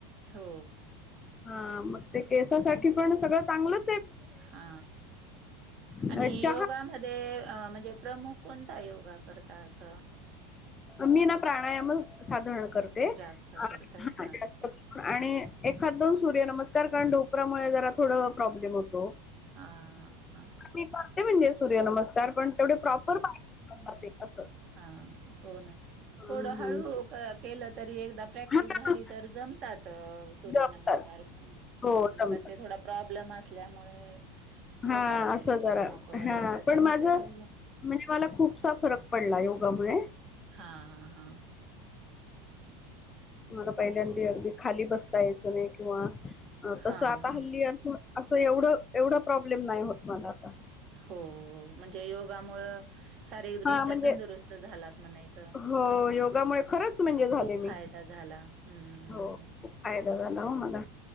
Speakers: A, on the right (about 45°); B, on the left (about 25°).
A: हो.
B: हा मग ते केसासाठी पण सगळं चांगलं
A: हा
B: काय
A: आणि
B: चहा
A: योगामध्ये ते म्हणजे प्रमुख कोणता योगा करता असं?
B: मी ना प्राणायामच साधारण करते
A: जास्त करताय
B: <unintelligible>
A: का?
B: आणि एखाद दोन सूर्यनमस्कार कारण डोपरामुळे जरा थोडं प्रॉब्लेम होतो.
A: हां हां.
B: मी करते म्हणजे सूर्यनमस्कार पण तेवढे प्रॉपर पा जाते असं.
A: हा हो ना,
B: हम्म
A: थोडं हळू
B: हम्म
A: केलं तरी एकदा प्रॅक्टिस
B: हा
A: झाली तर जमतात सूर्य
B: जमतात
A: नमस्कार, पण हम
B: हो जमतात
A: पण ते थोडा प्रॉब्लेम असल्यामुळे
B: हा
A: होत असेल
B: असं
A: थोडं
B: जरा
A: नको वाटत
B: हा
A: असेल
B: पण माझ
A: करायला.
B: म्हणजे मला खूपसा फरक पडला योगामुळे.
A: हां हां.
B: मला पहिल्यांदा अगदी खाली बसता यायचं नाही किंवा अ
A: हां,
B: तसं आता
A: हां.
B: हल्ली अस असं एवढं एवढा प्रॉब्लेम नाही होत मला आता
A: हो, म्हणजे योगामुळ शारीरिक दृष्ट्या
B: हा म्हणजे
A: तंदुरुस्त झालात म्हणायचं
B: हो योगामुळे खरंच म्हणजे झाले
A: खूप
B: मी
A: फायदा झाला. हं,
B: हो
A: हं.
B: खूप फायदा झाला हो मला,